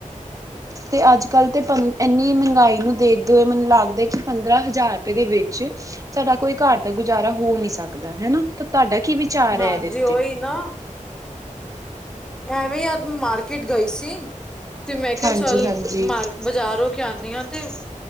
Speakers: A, on the right (about 25°); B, in the centre.
A: ਤੇ ਅੱਜ ਕੱਲ੍ਹ ਤੇ ਪੰ ਇੰਨੀ ਮਹਿੰਗਾਈ ਨੂੰ ਦੇਖਦੇ ਹੋਏ ਮੈਨੂੰ ਲੱਗਦਾ ਕਿ ਪੰਦਰਾਂ ਹਜ਼ਾਰ ਰੁਪਏ ਦੇ ਵਿੱਚ ਸਾਡਾ ਕੋਈ ਘਰ ਦਾ ਗੁਜ਼ਾਰਾ ਹੋ ਨਹੀਂ ਸਕਦਾ ਹਨਾ ਤਾਂ ਤੁਹਾਡਾ ਕੀ ਵਿਚਾਰ
B: ਹਾਂਜੀ
A: ਹੈ ਇਹਦੇ ਉੱਤੇ
B: ਉਹੀ ਨਾ ਐਵੇਂ ਅੱਜ ਮਾਰਕੀਟ ਗਈ ਸੀ ਤੇ ਮੈਂ ਕਿਹਾ
A: ਹਾਂਜੀ
B: ਚੱਲ
A: ਹਾਂਜੀ
B: ਬਾਜ਼ਾਰ ਹੋ ਕੇ ਆਉਂਦੀ ਹਾਂ ਤੇ